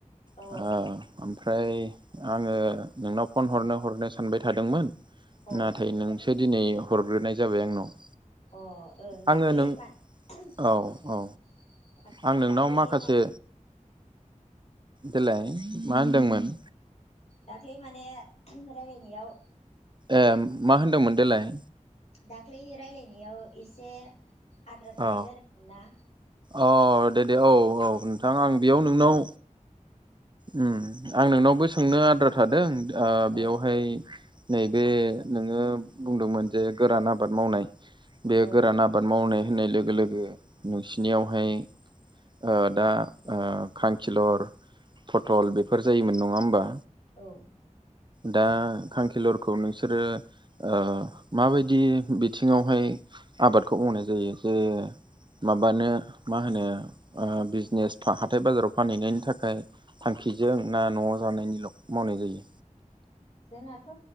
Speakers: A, on the left; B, on the right.
A: औ
B: ओ ओमफ्राय आङो नोंनाव फन हरनो हरनो सानबाय थादोंमोन
A: अ
B: नाथाय नोंसो दिनै हरग्रोनाय जाबाय आंनाव।
A: अ ओ दाख्लै
B: आङो नों
A: मा <unintelligible>
B: औ औ आं नोंनाव
A: दाख्लै
B: माखासे
A: <unintelligible>
B: देलाय मा होनदोंमोन?
A: दाख्लै माने राय्लायनायाव
B: ए मा होनदोंमोन देलाय
A: दाख्लै राय्लायनायाव एसे आद्रा थानाय
B: औ
A: जादोंमोन ना
B: अ दे दे औ औ नोंथां आं बेयाव नोंनाव उम आं नोंनावबो सोंनो आद्रा थादों ओ
A: औ
B: बेयावहाय नैबे नोङो बुंदोंमोन जे गोरान आबाद मावनाय बे
A: औ
B: गोरान आबाद मावनाय होननाय लोगो लोगो नोंसिनियावहाय आ दा ओ खांखिलर फथल बेफोर जायोमोन नङा होमबा?
A: औ
B: दा खांखिलरखौ नोंसोरो ओ माबायदि बिथिङावहाय आबादखौ मावनाय जायो जे माबानो मा होनो ओ बिजनेस हाथाय बाजाराव फानहैनायनि थाखाय थांखिजों ना नआव जानायनिल मावनाय जायो?
A: आंनाथ